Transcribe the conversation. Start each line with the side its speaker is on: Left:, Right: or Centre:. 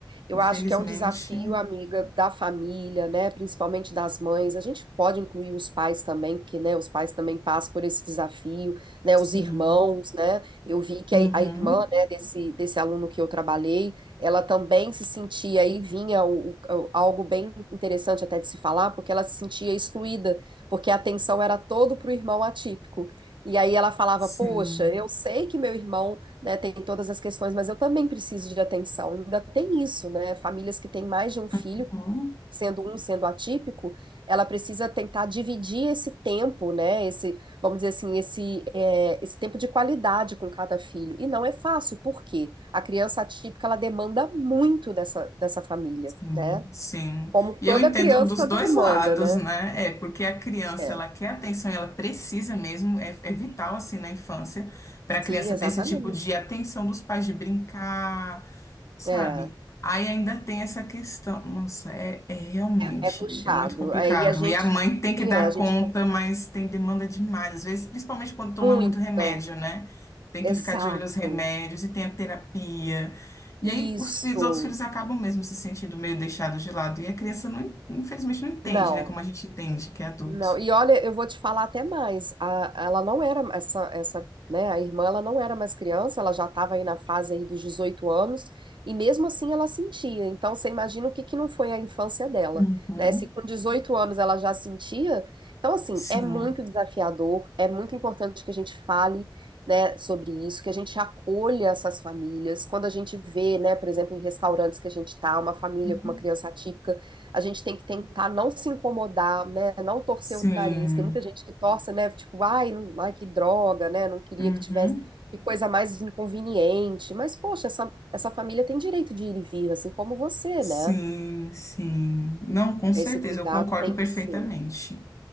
Right: Eu
Left: Infelizmente,
Right: acho que é um desafio, amiga, da família, né? Principalmente das mães. A gente pode incluir os pais também, porque, né, os pais também passam por esse desafio, né?
Left: sim.
Right: Os irmãos, né? Eu vi que
Left: Uhum,
Right: a, a irmã, né, desse, desse aluno que eu trabalhei, ela também se sentia aí, vinha o- o- algo bem interessante até de se falar, porque ela se sentia excluída, porque a atenção era todo para o irmão atípico. E aí ela falava,
Left: sim.
Right: poxa, eu sei que meu irmão né, tem todas as questões, mas eu também preciso de atenção. Ainda tem isso, né? Famílias que têm mais de um filho,
Left: Uhum.
Right: sendo um sendo atípico, ela precisa tentar dividir esse tempo, né? Esse, vamos dizer assim, esse, é, esse tempo de qualidade com cada filho. E não é fácil, porque a criança atípica ela demanda muito dessa, dessa família,
Left: Sim,
Right: né?
Left: sim.
Right: Como
Left: E
Right: toda
Left: eu entendo
Right: criança
Left: dos dois
Right: demanda,
Left: lados,
Right: né?
Left: né? É porque a criança
Right: É.
Left: ela quer atenção, e ela precisa mesmo, é, é vital assim na infância para a
Right: Sim,
Left: criança
Right: exatamente.
Left: ter esse tipo de atenção dos pais de brincar, sabe?
Right: É,
Left: Aí ainda tem essa questão, nossa, é, é realmente
Right: é puxado.
Left: é muito complicado.
Right: Aí a gente,
Left: E a mãe tem que
Right: sim,
Left: dar
Right: é, a gente
Left: conta,
Right: fala
Left: mas tem demanda demais, às vezes, principalmente quando toma
Right: muito.
Left: muito remédio, né? Tem
Right: Exato.
Left: que ficar de olho nos remédios e tem a terapia. E
Right: Isso.
Left: aí os, fi- os outros filhos acabam mesmo se sentindo meio deixados de lado. E a criança, não, infelizmente, não entende,
Right: Não.
Left: né? Como a gente entende que é adulto.
Right: Não, e olha, eu vou te falar até mais. A- ela não era essa, essa, né? A irmã, ela não era mais criança. Ela já estava aí na fase aí dos 18 anos. E mesmo assim, ela sentia. Então, você imagina o que que não foi a infância dela,
Left: Uhum.
Right: né? Se com 18 anos ela já sentia, então assim
Left: Sim.
Right: é muito desafiador. É muito importante que a gente fale, né, sobre isso, que a gente acolha essas famílias. Quando a gente vê, né, por exemplo, em restaurantes que a gente tá, uma família
Left: Uhum.
Right: com uma criança atípica a gente tem que tentar não se incomodar, né? Não torcer
Left: Sim.
Right: o nariz. Tem muita gente que torce, né? Tipo, ai, não- ai, que droga, né? Não queria
Left: Uhum.
Right: que tivesse, que coisa mais inconveniente. Mas, poxa, essa, essa família tem direito de ir e vir, assim como você,
Left: Sim,
Right: né?
Left: sim. Não, com certeza,
Right: Esse cuidado
Left: eu concordo
Right: tem que
Left: perfeitamente.
Right: ser,